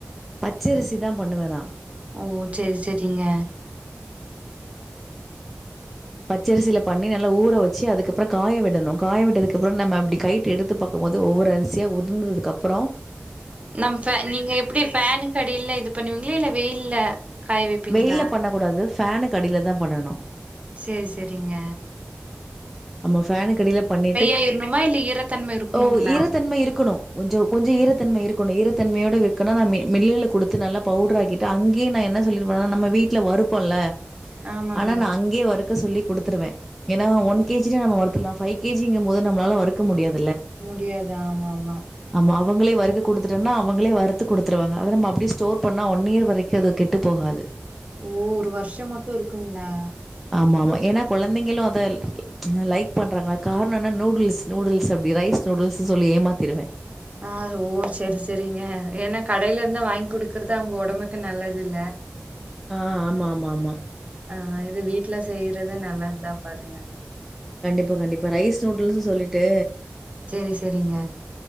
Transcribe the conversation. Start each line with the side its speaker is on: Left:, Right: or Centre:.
Centre: பச்சரிசி தா பண்ணுவே நா
Right: ஓ செரி செரிங்க
Centre: பச்சரிசியில பண்ணி நல்லா ஊற வச்சு அதுக்கப்புறோ காய விடணு, காய விட்டதுக்குப்புறோ நம்ம அப்டி கைட்டு எடுத்து பாக்கு போது ஒவ்வொரு அரிசியா உதிந்ததுக்கு அப்புறோ
Right: நம் ஃபே நீங்க எப்புடி ஃபேனு கடில இது பண்ணுவீங்களா இல்ல வெயில்ல காய வைப்பீங்களா
Centre: வெயில்ல பண்ணக் கூடாது ஃபேனுக் கடில தா பண்ணணு
Right: சேரி சேரிங்க
Centre: ஆமா ஃபேனு கடில பண்ணிட்டு,
Right: ஆயிரணுமா இல்ல ஈரத்தன்மை இருக்கணுங்களா
Centre: ஓ ஈரத்தன்மை இருக்குணு கொஞ்சோ கொஞ்சோ ஈரத்தன்மை இருக் கொண்ட ஈரத்தன்மையோட வெக்க நா மில் மில்லுல குடுத்து நல்லா பவுடர் ஆக்கீட்டு அங்கேயே நா என்ன சொல்லிருப்பனா நம்ம வீட்ல வறுப்போல்ல
Right: ஆமாங்க
Centre: ஆனா நா அங்கயே வருக் க்க சொல்லி் குடுத்துருவே. ஏன்னா ஒன்
Right: ஒ
Centre: கே ஜினா நம்ம வருத்துற்லா ஃபைவ் கே ஜிங்க போது நம்மளால வறுக்க முடியாத்
Right: முடியாது ஆமா ஆமா
Centre: ஆமா, அவங்களே வறுக்க குடுத்துட்டோன்னா அவங்களே வறுத்து குடுத்துருவாங்க அத நம்ம அப்டியே ஸ்டோர் பண்ணா ஒன் இயர் வரைக்கு அது கெட்டு போகாது.
Right: ஓ ஒரு வருஷம் மட்டு இருக்குங்ளா
Centre: ஆமாமா ஏனா குழந்தைங்களும் அத லைக் பண்றாங்களா காரணம் என்னா நூடுல்ஸ் நூடுல்ஸ் அப்டி ரைஸ் நூடுல்ஸ்ன்னு சொல்லி ஏமாத்தீருவே
Right: ஆ ஓ சரி சரிங்க ஏன்னா கடையில இருந்து வாங்கி குடுக்குறது அவங்க உடம்புக்கு நல்லது இல்ல
Centre: ஆ ஆமா ஆமா ஆமா
Right: ஆ இது வீட்ல செய்றது நல்லதுதா பாருங்க
Centre: கண்டிப்பா கண்டிப்பா ரைஸ் நூடுல்ஸு சொல்லிட்டு
Right: சேரி சேரிங்க